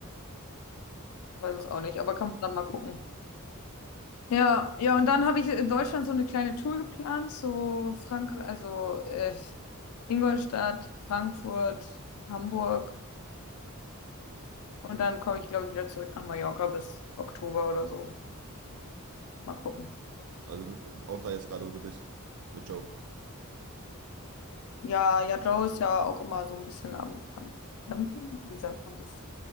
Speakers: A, on the left; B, on the right.
A: Weiß
B: Fra-
A: es auch nicht, aber kann man dann mal gucken. Ja, ja, und dann habe ich in Deutschland so eine kleine Tour geplant, so Frankreich, also äh, Ingolstadt, Frankfurt, Hamburg und dann komme ich, glaube ich, wieder zurück nach Mallorca bis Oktober oder so. Mal gucken.
B: Also äh, auch da jetzt gerade, wo du bist. Mit Joe.
A: Ja, ja, Joe ist ja auch immer so ein bisschen am, am Campen, wie sagt man das?